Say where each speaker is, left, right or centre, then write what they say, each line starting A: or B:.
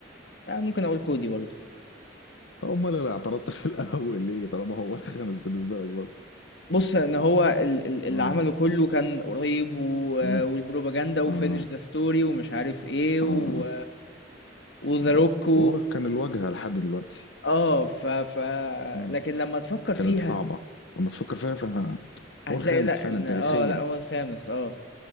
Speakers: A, on the left; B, on the left.
A: أنا ممكن اقول كودي برضو
B: طب امال اللي اعترضت في الاول ليه؟ طالما هو الخامس بالنسبة لك برضه
A: بص ان هو ال- ال- اللي
B: اه
A: عمله كله كان قريب و-
B: مم.
A: والبروباجندا وفينش
B: اه
A: ذا ستوري ومش عارف ايه و
B: اه
A: وذا
B: اه
A: روك
B: وهو كان الواجهة لحد دلوقتي
A: اه ف ف
B: اه
A: لكن لما تفكر فيها
B: كانت صعبة لما تفكر فيها فهو
A: هتلاقي
B: الخامس
A: لا
B: فعلا
A: ان
B: تاريخيا
A: اه لا هو الخامس اه